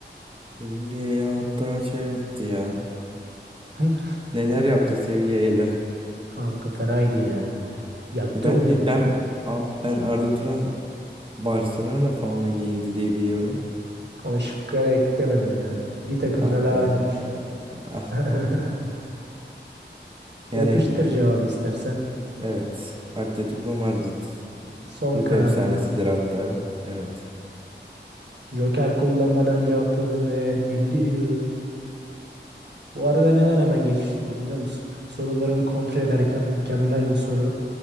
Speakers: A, on the right; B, on the right.
A: Seviyeyle hatta şey yaptı ya.
B: <laughs> Hı?
A: Neler yaptı Seviyeyle?
B: Kanka fenaydı ya. Yaktı
A: Bence
B: ortalığı.
A: ben abi ben Arda Turan Barcelona'da forma giyindi diye biliyorum.
B: Onu şıkka da eklemedim yani. Bir takımla
A: Ah
B: daha
A: be.
B: oynamış.
A: Ah be.
B: <laughs>
A: Yani
B: Yapıştır cevabı istersen.
A: evet. Atletico Madrid
B: Son
A: kulüp
B: kararımı.
A: efsanesidir hatta. Evet.
B: Joker kullanmadan cevapladı ve bildi diyorum. Bu arada neden hemen geçiştirdim biliyor musun? Sorularımı kontrol ederken mükemmel bir soru